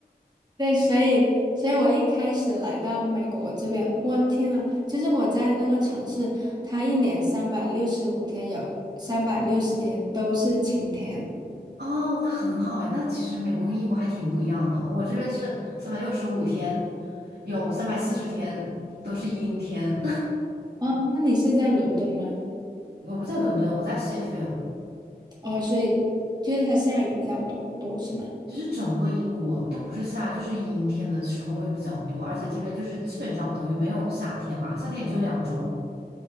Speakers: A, on the right (about 25°); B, on the right (about 80°).
A: 对，所以，所以我一开始来到美国这边，我天呐，就是我在那个城市，它一年三百六十五天有三百六十天都是晴天。
B: <laughs> 哦，那很好哎，那其实美国跟英国还挺不一样的。我这边是三百六十五天，有三百四十天都是阴天。
A: 哦，那你是在伦敦吗？
B: <laughs> 我不在伦敦，我在谢菲尔。
A: 哦，所以就是它下雨比较多多是吗？
B: 其实整个英国它不是夏，就是阴天的时候会比较多，而且这边就是基本上等于没有夏天嘛，夏天也就两周。